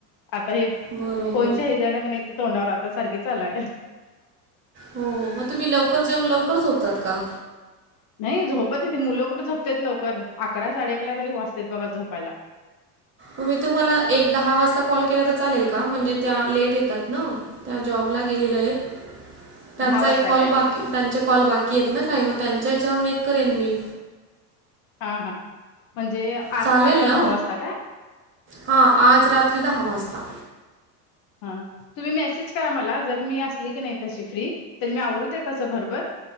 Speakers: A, on the left; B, on the right.
A: आता हे
B: बरोबर
A: कोणच्या नक नाही ते तोंडावर आता सारखे चालूय
B: हो मग तुम्ही लवकर जेऊन लवकर झोपतात का
A: नाही झोपत येते मुलं कुठं झोपतेत लवकर अकरा साडे अकला तरी वाचते बघा झोपायला
B: मी तुम्हाला एक दहा वाजता कॉल केला तर चालेल का म्हणजे त्या लेट येतात ना त्या जॉबला गेलेल्या आहेत
A: <unintelligible>
B: त्यांचा एक कॉल
A: काय
B: बाकी त्यांचे कॉल बाकी आहेत ना काही मग त्यांच्या हच्यावरून एक करेन मी
A: हा हा म्हणजे आ
B: चालेल
A: आत्ता
B: ना
A: दहा वाजता काय
B: हा आज रात्री दहा वाजता
A: हा तुम्ही मेसेज करा मला जर मी असली की नाही तशी फ्री तर मी आवरत आहे तसं बरोबर